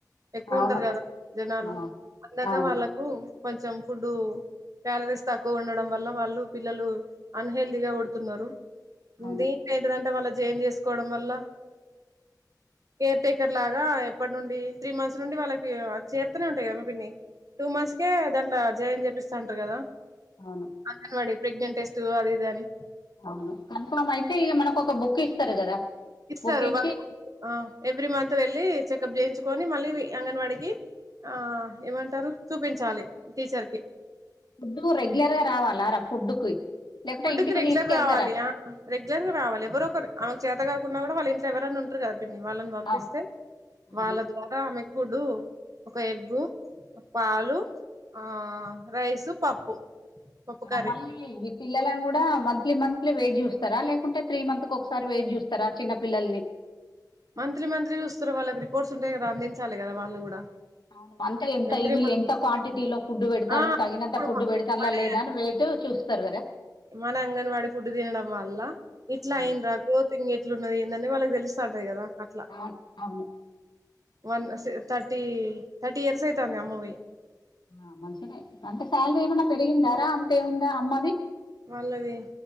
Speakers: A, on the right; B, on the left.
A: ఎక్కువ
B: అవును
A: ఉంటారు. కదా జనాలు
B: ఆ,
A: అందక
B: అవును
A: వాళ్ళకు కొంచెం ఫుడ్ కాలరీస్ తక్కువ ఉండడం వల్ల వాళ్ళు పిల్లలు అన్ హెల్తీ గా పుడుతున్నారు.
B: అవును
A: దీంట్లో ఏంటిదంటే వాళ్ళ చేంజ్ చేసుకోవడం వల్ల కేర్ టేక్ లాగా ఎప్పటి నుండి త్రీ మంత్స్ నుండి వాళ్ళకి చేతానే ఉంటాది కదామా పిన్నీ. టూ మంత్స్ కే దాంట్లో జాయిన్ చేపిస్తాంటారు కదా
B: అవును
A: అంగన్వాడి ప్రెగ్నెంట్ టెస్ట్ అది ఇది అని
B: అవును. కన్ఫామ్ అయితే ఇక మనకు ఒక బుక్ ఇస్తారు కదా.
A: ఇస్తారు.
B: బుక్ ఇచ్చి
A: వన్ మంత్ ఎవ్రీ మంత్ వెళ్ళి చెకప్ చేయించు కొని మళ్ళీ అంగన్వాడికి ఆ ఏమంటారు చూపించాలి టీచర్ కి.
B: ఫుడ్ కి రెగ్యులర్ గా రావాల రా ఫుడ్ కి లేకుంటే
A: ఫుడ్
B: ఇంటికి
A: కి రెగ్యులర్
B: తీసుకెళ్తారా
A: గా రావాలి రెగ్యులర్గా రావాలి ఎవరో ఒకరు ఆమెకు చేతగాక పోతే కూడా వాళ్ళింట్లో ఎవరైనా ఉంటారు కదా పిన్నీ వాళ్ళని పంపిస్తే
B: ఆ, అవును
A: వాళ్ళ ద్వారా ఆమె ఫుడ్, ఒక ఎగ్ పాలు, ఆ రైసు, పప్పు పప్పు కర్రీ
B: ఆ మళ్లీ పిల్లలను కూడా మంత్లీ మంత్లీ వెయిట్ చూస్తారా? లేకుంటే త్రీ మంత్ కు ఒకసారి వెయిట్ చూస్తారా చిన్న పిల్లల్ని
A: మంత్లీ మంత్లీ చూస్తారు వాళ్ళకి రిపోర్ట్స్ ఉంటాయి కదా. అందించాలి కదా వాళ్ళు కూడా
B: అవును. అంత ఎంత
A: ఎవ్రీ
B: ఇవి
A: మంత్
B: క్వాంటిటీలో ఫుడ్ పెడుతున్నారు
A: ఆ
B: కదా తగినంత
A: ఇప్పుడు
B: ఫుడ్
A: మన
B: పెడుతున్నారా లేదా అని వెయిట్ చూస్తారు కదా
A: మన అంగన్వాడీ ఫుడ్ తినడం వల్ల, ఇట్లా
B: ఆ,
A: అయ్యిండ్రా గ్రోతింగ్ ఎట్లా ఉంది ఇట్లు ఉన్నది ఏందని వాళ్ళకి తెలుస్త ఉంటయ్ కదా అట్లా
B: అవున్ అవును
A: వన్ థర్టీ థర్టీ ఇయర్స్ అయితాంది అమ్మవి
B: ఆ మంచిదే అంటే శాలరీ ఏమన్నా పెరిగిందారా అంతే ఏముందా అమ్మది
A: వాళ్ళది